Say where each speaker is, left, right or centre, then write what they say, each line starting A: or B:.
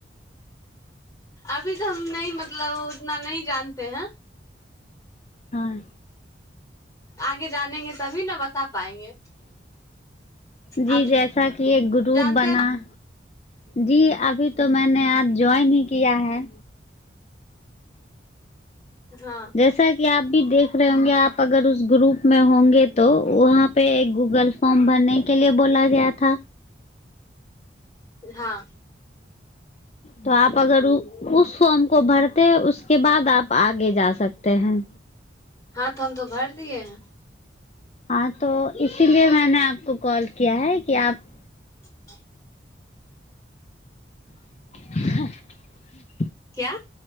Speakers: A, on the left; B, on the left.
A: अभी तऽ हम न मतलब उतना न जानते है
B: हँ
A: आगे जाानेंगे तभी न बता पाएंगे
B: जी
A: आ
B: जैसा कि एक ग्रुप
A: जानते
B: बना
A: है
B: जी अभी तो मैने आज ज्वाइन ही किया है
A: हाँ
B: जैसा कि आप भी देख रह हंगे आ अगर उस ग्रुप में हंगे त तो वहाँ पे गूगल फॉर्म भरने के लि बोला गयाथ
A: हँ
B: तऽ आप अगर उस फॉर्म को भरते उसके बाद आप आगे जा सकते हैं
A: हँ तऽ हम तो भर दियए है
B: अ तो इसीलिए मैने आपको कॉल क्य है क आप
A: <inaudible>
B: <unintelligible>
A: क्या